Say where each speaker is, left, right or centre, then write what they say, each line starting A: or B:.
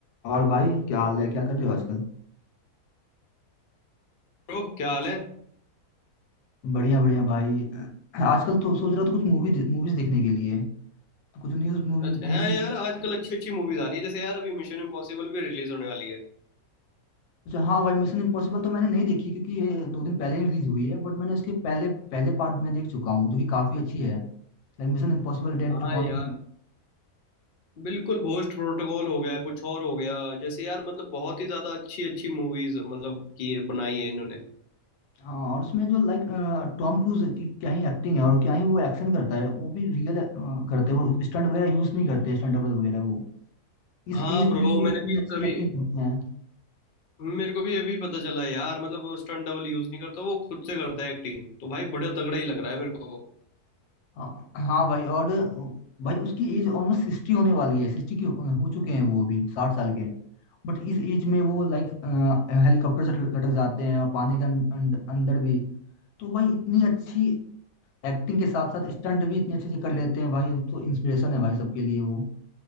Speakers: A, on the left; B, on the left.
A: और भाई क्या हाल है क्या कर रहे हो आजकल
B: ब्रो क्या हाल है
A: बढ़िया बढ़िया भाई <clears throat> आजकल तो सोच रहा था कुछ मूवी मूवीज देखने के लिए तो कुछ न्यूज मूवी
B: अच्छा हाँ
A: न्यू
B: यार आजकल अच्छी अच्छी मूवीज आ रही है जैसे यार अभी मिशन इम्पॉसिबल भी रिलीज होने वाली है
A: अच्छा हाँ भाई मिशन इम्पॉसिबल तो मैंने नहीं देखी क्योंकि ये दो दिन पहले ही रिलीज हुई है बट मैंने उसके पहले पहले पार्ट में देख चुका हूँ जो कि काफी अच्छी है Like Mission Impossible Dead
B: हाँ
A: Reckoning
B: यार बिल्कुल घोस्ट प्रोटोकॉल हो गया कुछ और हो गया जैसे यार मतलब बहुत ही ज्यादा अच्छी अच्छी मूवीज मतलब की बनाई है इन्होंने
A: हाँ और उसमें जो लाइक टॉम क्रूज की क्या ही एक्टिंग है और क्या ही वो एक्शन करता है वो भी रियल करते हैं वो स्टंट वगैरह यूज नहीं करते स्टंट डबल वगैरह वो इस
B: हाँ
A: एज
B: ब्रो
A: में वो
B: मैंने
A: इतनी
B: भी
A: अच्छी
B: कभी
A: एक्टिंग करते हैं
B: मेरे को भी अभी पता चला यार मतलब वो स्टंट डबल यूज नहीं करता वो खुद से करता है एक्टिंग तो भाई बड़े तगड़ा ही लग रहा है मेरे को वो
A: हाँ हाँ भाई और भाई उसकी एज ऑलमोस्ट सिक्सटी होने वाली है सिक्सटी की हो हो चुके हैं वो अभी साठ साल के बट इस एज में वो लाइक हेलीकॉप्टर से लटक जाते हैं और पानी के अं- अंड- अंदर भी तो भाई इतनी अच्छी एक्टिंग के साथ साथ स्टंट भी इतने अच्छे से कर लेते हैं भाई तो इंस्पिरेशन है भाई सबके लिए वो